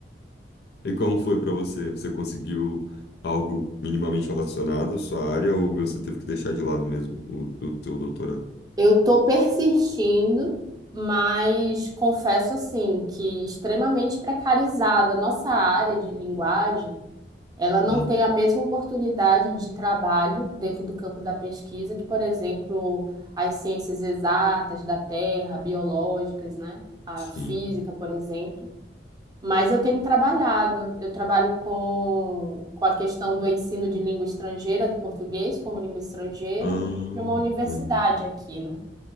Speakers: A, on the left; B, on the right.
A: E como foi para você? Você conseguiu algo minimamente relacionado à sua área ou você teve que deixar de lado mesmo o, o teu doutorado?
B: Eu tô persistindo, mas confesso assim que extremamente precarizada. Nossa área de linguagem, ela não
A: Hum,
B: tem a mesma oportunidade de trabalho dentro do campo da pesquisa que, por exemplo, as ciências exatas da Terra, biológicas, né? A
A: Sim.
B: física, por exemplo. Mas eu tenho trabalhado, eu trabalho com, com a questão do ensino de língua estrangeira, do português como língua estrangeira,
A: Ah,
B: dentro de uma universidade
A: aham.
B: aqui, né?